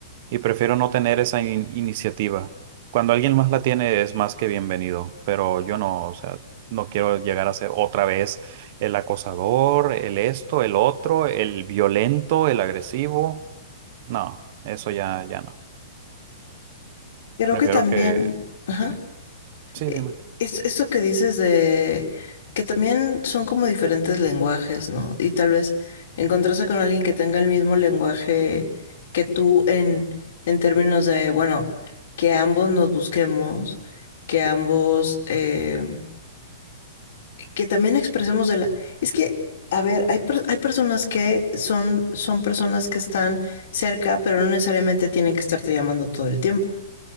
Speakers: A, on the right (about 40°); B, on the left (about 65°).
A: y prefiero no tener esa in- iniciativa. Cuando alguien más la tiene es más que bienvenido, pero yo no, o sea, no quiero llegar a ser otra vez el acosador, el esto, el otro, el violento, el agresivo. No, eso ya, ya no.
B: Creo
A: Prefiero
B: que también,
A: que...
B: ajá.
A: Sí, sí,
B: E-
A: dime.
B: es- Esto que dices de que también son como diferentes lenguajes, ¿no? Y tal vez encontrarse con alguien que tenga el mismo lenguaje que tú en, en términos de, bueno, que ambos nos busquemos, que ambos, eh, que también expresemos de la... Es que, a ver, hay, per- hay personas que son, son personas que están cerca, pero no necesariamente tienen que estarte llamando todo el tiempo.